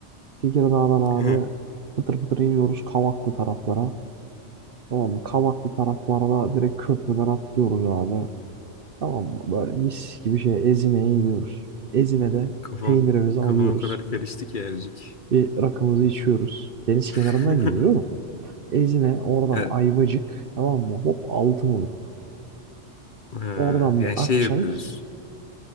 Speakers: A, on the right (about 50°); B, on the left (about 45°).
A: Tekirdağ'dan abi
B: Heh,
A: pıtır pıtır iniyoruz Kavaklı taraflara. Tamam mı? Kavaklı taraflarda direkt köprüden atlıyoruz abi. Tamam mı? Böyle mis gibi şey Ezine'ye gidiyoruz. Ezine'de
B: Kafam,
A: peynirimizi
B: kafam
A: alıyoruz.
B: o kadar karıştı ki Ercik.
A: Bir rakımızı içiyoruz. Deniz kenarından
B: <laughs>
A: gidiyoruz. oğlum. Ezine oradan
B: Evet.
A: Ayvacık tamam mı? Hop Altınoluk.
B: Ha,
A: Oradan
B: yani
A: bir Akçay.
B: şey yapıyoruz.